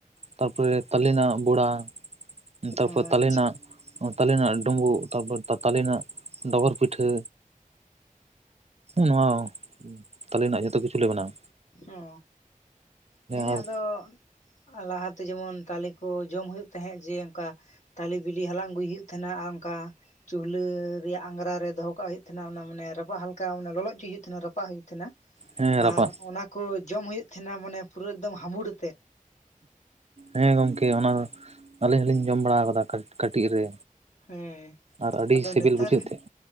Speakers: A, on the right; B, on the left.
A: ᱛᱟᱨᱯᱚᱨᱮ ᱛᱟᱞᱮᱱᱟᱜ ᱵᱚᱲᱟ᱾ ᱛᱟᱨᱯᱚᱨ
B: ᱚ
A: ᱛᱟᱞᱮ
B: ᱟᱪᱪᱷᱟ
A: ᱱᱟᱜ ᱛᱟᱞᱮ ᱨᱮᱱᱟᱜ ᱰᱩᱸᱵᱩᱜ, ᱛᱟᱨᱯᱚᱨ ᱛᱟᱠ ᱛᱟᱞᱮ ᱨᱮᱱᱟᱜ ᱰᱚᱜᱚᱨ ᱯᱤᱴᱷᱟᱹ, ᱱᱚᱣᱟ ᱛᱟᱞᱮ ᱨᱮᱱᱟᱜ ᱡᱷᱚᱛᱚ ᱠᱤᱪᱷᱩᱞᱮ ᱵᱮᱱᱟᱣ-ᱟ᱾
B: ᱚ ᱦᱮᱸ
A: ᱟᱨ
B: ᱟᱫᱚ ᱟᱞᱟᱦᱟᱛᱮ ᱡᱮᱢᱚᱱ ᱛᱟᱞᱮ ᱠᱚ ᱡᱚᱢ ᱦᱩᱭᱩᱜ ᱛᱟᱦᱮᱜ ᱡᱮ ᱚᱱᱠᱟ ᱛᱟᱞᱮ ᱵᱤᱞᱤ ᱦᱟᱞᱟᱝ ᱟᱹᱜᱩᱭ ᱦᱩᱭᱩᱜ ᱛᱟᱦᱮᱱᱟ ᱟᱨ ᱚᱱᱠᱟ, ᱪᱩᱞᱦᱟᱹ ᱨᱮᱭᱟᱜ ᱟᱸᱜᱽᱨᱟ ᱨᱮ ᱫᱚᱦᱚ ᱠᱟᱜ ᱦᱩᱭᱩᱜ ᱛᱟᱦᱮᱱᱟ ᱚᱱᱟ ᱢᱟᱱᱮ ᱨᱟᱯᱟᱜ ᱦᱟᱞᱠᱟ ᱞᱚᱞᱚ ᱦᱚᱪᱚᱭ ᱦᱩᱭᱩᱜ ᱛᱟᱦᱮᱱᱟ ᱨᱟᱯᱟᱜ ᱦᱩᱭᱩᱜ ᱛᱟᱦᱮᱱᱟ᱾
A: ᱦᱮᱸ ᱨᱟᱯᱟᱜ
B: ᱟᱨ ᱚᱱᱟ ᱠᱚ ᱡᱚᱢ ᱦᱩᱭᱩᱜ ᱛᱟᱦᱮᱱᱟ ᱢᱟᱱᱮ ᱯᱩᱨᱟᱹ ᱮᱠᱫᱚᱢ ᱦᱟᱢᱩᱲ ᱟᱛᱮᱫ᱾
A: ᱦᱮᱸ ᱜᱚᱝᱠᱮ ᱚᱱᱟ ᱟᱹᱞᱤᱧ ᱦᱚᱸᱞᱤᱧ ᱡᱚᱢ ᱵᱟᱲᱟ ᱠᱟᱫᱟ ᱠᱟ ᱠᱟᱹᱴᱤᱡ ᱨᱮ
B: ᱦᱮᱸ
A: ᱟᱨ ᱟᱹᱰᱤ
B: ᱟᱫᱚ
A: ᱥᱤᱵᱤᱞ
B: ᱱᱮᱛᱟᱨ
A: ᱵᱩᱡᱷᱟᱹᱜ
B: ᱨᱮᱱ
A: ᱛᱟᱦᱮᱜ,